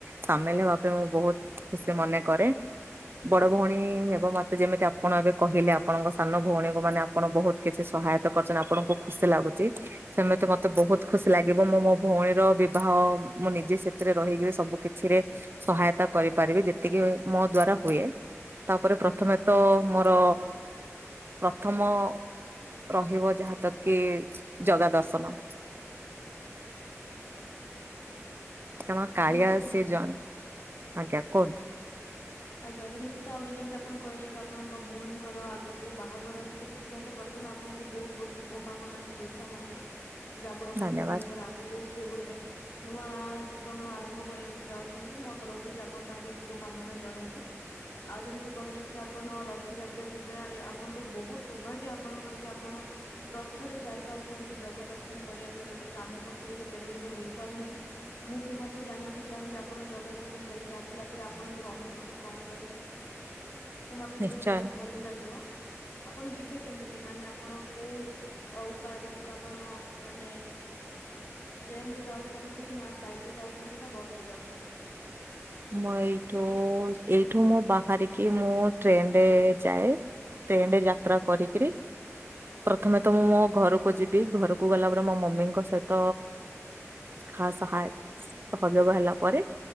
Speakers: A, on the right; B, on the left.
A: ସାମିଲ ହବା ପାଇଁ ମୁଁ ବୋହୁତ ଖୁସି ମନେ କରେ। ବଡ ଭୋଉଣୀ ହେବ ମତେ ଯେମିତି ଆପଣ ଏବେ କହିଲେ ଆପଣଙ୍କ ସାନ ଭୋଉଣୀଙ୍କୁ ମାନେ ଆପଣ ବହୁତ କିଛି ସହାୟ ତ ଆପଣଙ୍କୁ ଖୁସି ଲାଗୁଚି। ସେମିତି ମତେ ବୋହୁତ ଖୁସି ଲାଗିବ। ମୁଁ ମୋ ଭୋଉଣୀର ବିବାହ ମୁଁ ନିଜେ ସେଥିରେ ରହିକିରି ସବୁ କିଛିରେ ସହାୟତା କରିପାରିବି। ଯେତିକି ମୋ ଦ୍ଵାରା ହୁଏ ତାପରେ ପ୍ରଥମେ ତ ମୋର ପ୍ରଥମ ରହିବ ଯାହା ତକି ଜଗା ଦର୍ଶନ
B: <inaudible>
A: କାରଣ କାଳିଆ
B: ନିଶ୍ଚିତ
A: ସେ
B: ଭାବରେ।
A: ଜଣେ ଆଜ୍ଞା କୁହନ୍ତୁ
B: ଆଜ୍ଞା ତ ନିଶ୍ଚିତ ଭାବରେ ଯେମିତି ଆପଣ କହିଲେ କି ଆପଣଙ୍କ ଭୋଉଣୀଙ୍କର ଆଗକୁ ବାହାଘର ଅଛି। ତ ସେଥିପାଇଁ ତ ପ୍ର ଥମେ ଆପଣଙ୍କୁ ବୋହୁତ ବୋହୁତ ଶୁଭ କାମନା ଶୁଭେଛ୍ୟା ମଧ୍ୟ ଯେ ଆପଣଙ୍କ
A: ଧନ୍ୟବାଦ
B: ଭଉଣୀଙ୍କର ଆଗକୁ ସେ ଗୋଟେ ନୂଆ ଜୀବନ ଆରମ୍ଭ କରିବାକୁ ଯାଉଚନ୍ତି। ମୋ ତରଫରୁ ବି ଆପଣ ତାଙ୍କୁ ଶୁଭକାମନା ଜଣେଇବେ। ଆଉ ଯେମିତି କହିଲେ କି ଆପଣ ରଥଯାତ୍ରା ଯିବେ। ଆରେ ଆପଣ ତ ବହୁତ ସୌଭାଗ୍ୟ ଆପଣଙ୍କର ଯେ ଆପଣ ରଥରେ ଯାଇପାରୁଚନ୍ତି ଜଗା ଦର୍ଶନ କରିବା ପାଇଁ। ଯୋଉଟା କାମ ପକ୍ଷରେ ବି କେବେ କେବେ ହେଇପାରୁନି। ମୁଁ ବି ମଧ୍ୟ ଜାଣିବାକୁ ଚାହିଁବି ଆପଣ ଜଗା ଦର୍ଶନ କରିକି ଆସିଲା ପରେ ଆପଣଙ୍କର ଅନୁଭୂ ତି କଣ ରହିଛି ତ ମତେ ବି
A: ନିଶ୍ଚୟ
B: ବହୁତ ଶୁଣିବାକୁ ଭଲ ଲାଗିବ? ଆପଣ ଯିବେ କେମିତି ମାନେ ଆପଣ କୋଉ ଉପାୟରେ ଯିବେ ଆପଣ ମାନେ ଟ୍ରେନରେ ଯାଉଛନ୍ତି ନା ଫ୍ଲାଇଟେ ଯାଉଛନ୍ତି ନା ବସରେ ଯାଉଛନ୍ତି?
A: ମୁଁ ଏଇଠୁ ଏଇଠୁ ମୁଁ ବାହାରରିକି କି ମୁଁ ଟ୍ରେନ୍ ରେ ଯାଏ ଟ୍ରେନ ରେ ଯାତ୍ରା କରିକିରି ପ୍ରଥମେ ତ ମୁଁ ମୋ ଘରକୁ ଯିବି ଘରକୁ ଗଲା ପରେ ମୋ ମମିଙ୍କ ସହିତ ଖା ସାହାୟ ସହଯୋଗ ହେଲା ପରେ